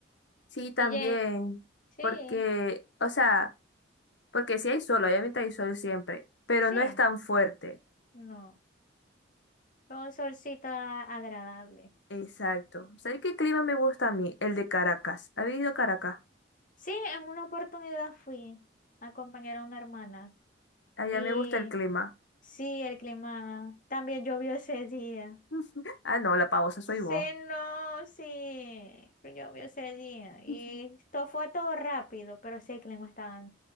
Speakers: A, on the left (about 70°); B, on the left (about 45°).
A: Sí, también,
B: Y ye, sí,
A: porque, o sea, porque sí hay sol, obviamente hay sol siempre, pero
B: sí,
A: no es tan fuerte.
B: no, fue un solcito a- agradable.
A: Exacto. ¿Sabes qué clima me gusta a mí? El de Caracas. ¿Has ido a Caracas?
B: Sí, en una oportunidad fui a acompañar a una hermana
A: Allá
B: y
A: me gusta el clima.
B: sí, el clima también llovió ese día.
A: <laughs> Ah, no, la pausa soy
B: Sí,
A: vos.
B: no, sí, pero llovió ese día y
A: <laughs>
B: esto fue todo rápido, pero sí el clima estaba